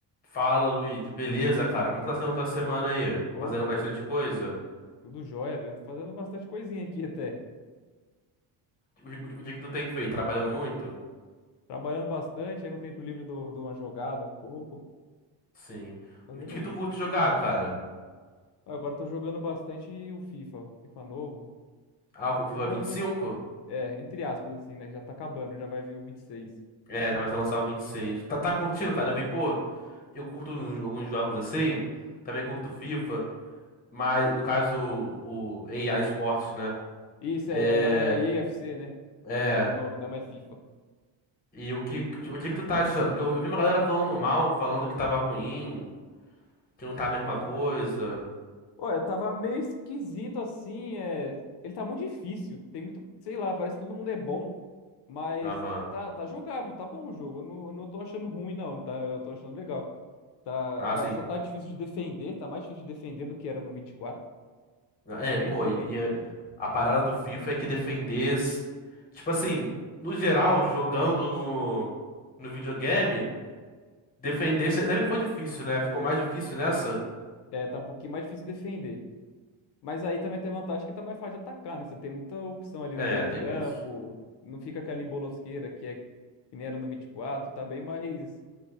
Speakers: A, on the left; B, on the left.
A: Fala, Luigi. Beleza, cara? Como que tá sendo tua semana aí?
B: Opa,
A: Fazendo bastante
B: velho,
A: coisa?
B: tudo jóia, velho. Fazendo bastante coisinha aqui até.
A: O, o- o dia que tu tem feito? Trabalhando muito?
B: Trabalhando bastante, aí no tempo livre dou, dou uma jogada um pouco,
A: Sim.
B: fazendo
A: O dia que
B: isso.
A: tu curte jogar, cara?
B: Agora tô jogando bastante o FIFA, o FIFA novo.
A: Ah, o FIFA
B: Novo,
A: vinte e cinco
B: en- é, entre aspas, assim, né? Já tá acabando, já vai vir o 26.
A: É, já vai ser lançar o 26. Tá, tá curtindo, cara? Eu vi, pô, eu curto uns- alguns jogos assim. Também curto FIFA. Mas, no caso, o, o AI Sports, né?
B: Isso
A: É.
B: aí, agora é EA FC, né?
A: É.
B: Mudou o nome, não é mais FIFA.
A: E o que, o dia que tu tá achando? Porque eu, eu vi uma galera falando mal, falando que tava ruim, que não tá a mesma
B: Olha,
A: coisa.
B: olha, tava meio esquisito assim, é... Ele tá muito difícil, tem muito, sei lá, parece que todo mundo é bom. Mas
A: Aham.
B: tá, tá jogável, tá bom o jogo. Eu não, eu não tô achando ruim, não, tá? Eu tô achando legal. Tá,
A: Ah, sim.
B: ah, só tá difícil de defender, tá mais difícil de defender do que era no vinte e quatro
A: É,
B: Tá bem
A: pô,
B: diferente,
A: e e
B: assim.
A: eh, a parada do FIFA é que defender. s- Tipo assim, no geral, jogando no, no videogame, defender se- sempre foi difícil, né? Ficou mais difícil nessa?
B: É, tá um pouquinho mais difícil de defender. Mas aí também tem vantagem que tá mais fácil de atacar, né? Você tem muita opção ali
A: É,
B: no meio
A: tem
B: campo,
A: isso.
B: não fica aquela embolosqueira que é que nem era no vinte e quatro tá bem mais